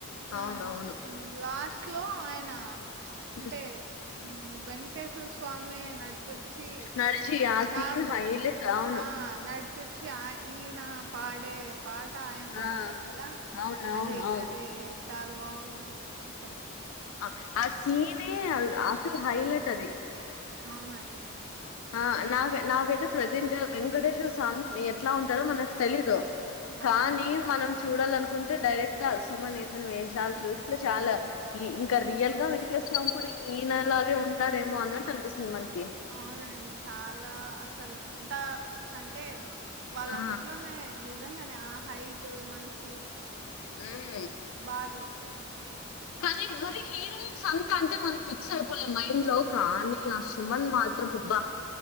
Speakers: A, on the right; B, on the left.
A: ఉమ్
B: అవునవును
A: హమ్ లాస్ట్ క్లో ఆయన
B: ఉమ్
A: అంటే ఉమ్ వెేంకటేశ్వర స్వామి నడ్ చోచి
B: నడిచి ఆ సీన్
A: నాకు
B: హైలైట్ అవును
A: ఆ నాడ్ తుర్చి ఆ ఈన పాడే పాట ఆయన బడతారు
B: ఆ
A: కదా,
B: అవునవును
A: అది
B: అవును
A: అది చాలా బాగుంటుంది అసలు
B: అ ఆ సీనే అసలు హైలైట్ అది
A: అవునండి
B: ఆ నక్ నాకైతే ప్రజెంట్ వెంకటేశ్వర స్వామి ఎట్లా ఉంటాడో మనకు తెలీదు.
A: అవును
B: కానీ మనం చూడాలనుకుంటే డైరెక్ట్ ఆసుమనేసన్ వేషాలు చూస్తే చాల ఈ ఇంకా
A: మ్మ్
B: రియల్ గా వెంకటేశ్ స్వామి గుడి ఇనాలాగే ఉంటారేమో అన్నట్టు అనిపిస్తుంది మనక్
A: అవునండి చాలా అసలు ఎంతా ఆ అంటే వాళ్ళ
B: ఆ
A: అప్పట్లోనే నిర్ నిజంగానా హైటు మనిషి
B: ఉమ్
A: బా దొరకరు
B: కని మరి హీరోయిన్స్ అంతా అంటే మన ఫిక్స్ అయిపోలేం మైండ్ లో కానీ, ఆ సుమన్ మాత్రం అబ్బా